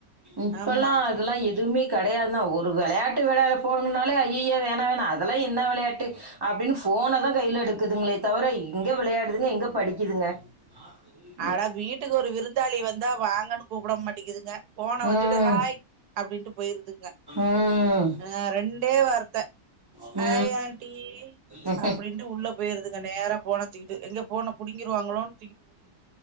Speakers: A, on the right; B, on the right.
A: இப்பல்லா
B: ஆமா
A: அதுல்லா எதுவுமே கெடையாதுனா ஒரு வெளையாட்டு வெளையாட போனங்கனாலே ஐய்யய்ய வேணா வேணா அதெல்லா என்ன விளையாட்டு அப்படினு ஃபோனதா கையில எடுக்குதுங்களே தவிர எங்க வெளையாடுதுங்க எங்க படிக்குதுங்க நாப்பது
B: அட வீட்டுக்கு ஒரு விருந்தாளி வந்தா வாங்கன்னு கூப்பிட மாட்டிக்கிதுங்க போன வச்சுட்டு
A: ம்
B: ஹாய் அப்டின்டு போயிருதுங்க
A: ம்
B: அ ரெண்டே வார்த்த
A: ம்
B: ஹாய்
A: ம்
B: ஆண்ட்டி
A: ம்
B: அப்டின்ட்டு உள்ள பேயிருதுங்க நேரா போனாதூகிட்டு எங்க போன புடிங்கிருவாங்களோன்